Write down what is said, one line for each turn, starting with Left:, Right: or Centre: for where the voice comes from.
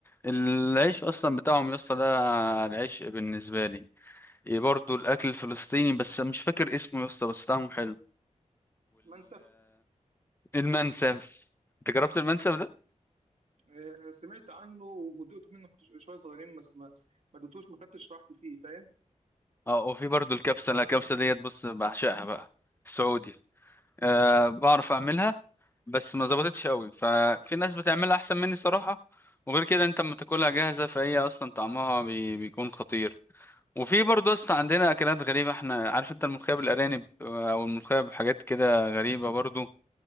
Left: العيش اصلا بتاعهم يا اسطى ده العيش بالنسبة لي إيه برضو الاكل الفلسطيني بس مش فاكر اسمه يا اسطى بس طعمه حلو
Right: منسف
Left: والمنسف انت جربت المنسف ده
Right: آه، سمعت عنه ودقت منه شوية صغيرين بس ما ما دقتوش ما خدتش راحتي فيه فاهم؟
Left: اه وفي برضو الكبسة لا الكبسة ديت بص بعشقها بقى السعودي أه بعرف اعملها بس ما ظبطتش قوي ففي ناس بتعملها احسن مني صراحة وغير كده انت لما تاكلها جاهزة فهي اصلا طعمها بي بيكون خطير وفي برضه اصلا عندنا اكلات غريبة احنا عارف انت الملوخية بالارانب آه، او الملوخية بحاجات كده غريبة برضه